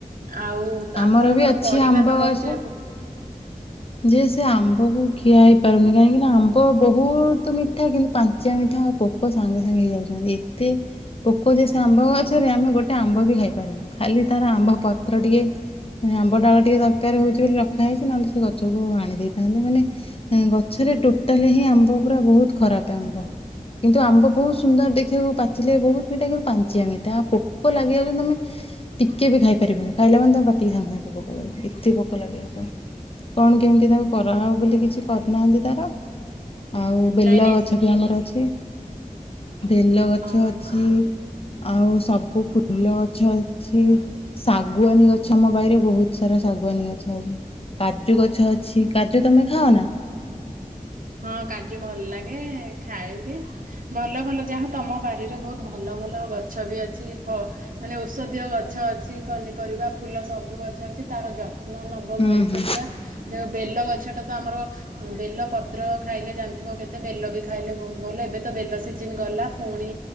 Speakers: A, on the right; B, on the left.
A: ଆଉ
B: ଆମର
A: ଆପଣଙ୍କର
B: ବି ଅଛି
A: ପରିବା
B: ଆମ୍ବ
A: ତ
B: ଗଛ।
A: କହୁଛେ
B: ଯେ ସେ ଆମ୍ବ କ ଖିଆ ହେଇପାରୁନି କାହିଁକି ନା ଆମ୍ବ ବହୁତ ମିଠା କିନ୍ତୁ ପାଞ୍ଚିଆ ମିଠା ଆଉ ପୋକ ସାଙ୍ଗେ ସାଙ୍ଗେ ହେଇଯାଉଛନ୍ତି। ଏତେ ପୋକ ଯେସ ଆମ୍ବ ଗଛରେ ଆମେ ଗୋଟେ ଆମ୍ବ ବି ଖାଇପାରୁନୁ ଖାଲି ତାର ଆମ୍ବ ପତ୍ର ଟିକେ ଆମ୍ବ ଡାଳ ଟିକେ ଦରକାର ହଉଛି ବୋଲି ରଖାହଇଛି ନେଲେ ସେ ଗଛ ଗଛକୁ ହାଣି ଦେଇେଥାନ୍ତେ ମାନେ। ଗଛରେ ଟୋଟାଲ ହିଁ ଆମ୍ବ ପୁରା ବହୁତ ଖରାପ ଆମ୍ବ। କିନ୍ତୁ ଆମ୍ବ ବହୁତ ସୁନ୍ଦର ଦେଖିବାକୁ ପାଚିଲେ ବହୁତ ମିଠା କିନ୍ତୁ ପାଞ୍ଚଆ ମିଠା ପୋକ ଲାଗିବାକୁ ତମେ ଟିକେ ବି ଖାଇପାରିବନି ଖାଇଲା ମାନେ ପାଟିକି ସାଙ୍ଗେ ସାଙ୍ଗେ ପୋକ ଲାଗି ଯାଉଛନ୍ତି ଏତେ ପୋକ ଲାଗି ଯାଉଛନ୍ତି। କଣ କେମିତି ତାକୁ କରାହ ବୋଲି କିଛି କରିନାହାନ୍ତି ତାର? ଆଉ ବେଲ
A: ନାଇଁ ନାଇଁ
B: ଗଛ ବି ଆମର ଅଛି। ବେଲଗଛ
A: ଅ
B: ଅଛି ଆଉ ସବୁ ଫୁଲ ଗଛ ଅଛି। ଶାଗୁଆନୀ ଗଛ ଅମ ବାଇରେ ବହୁତ ସାରା ଶାଗୁଆନୀ ଗଛ ଅଛି। କାଜୁ ଗଛ ଅଛି କାଜୁ ତମେ ଖାଅ ନା?
A: ହଁ କାଜୁ ଭଲ ଲାଗେ ଖାଏ ବି। ଭଲ ଭଲ ଯାହା ତମ ବାରିରେ ବହୁତ ଭଲ ଭଲ ଗଛ ବି ଅଛି। ମାନେ ଔଷଧୀୟ ଗଛ ଅଛି ପନିପରିବା ଫୁଲ ସବୁ ଗଛ ଅଛି ତାର ଯ ଯତ୍ନ ନେବ
B: ହୁଁ
A: ଭଲସେ
B: ହୁଁ
A: ପୁରା ଦେଖ ବେଲ ଗଛଟା ତ ଆମର ବେଲ ପତ ପତ୍ର ଖାଇଲେ ଜାଣିଥିବ କେତେ ବେଲ ବି ଖାଇଲେ ବହୁତ ଭଲ ଏବେ ତ ବେଲ ସିଜିନ୍ ଗଲା ପୁଣି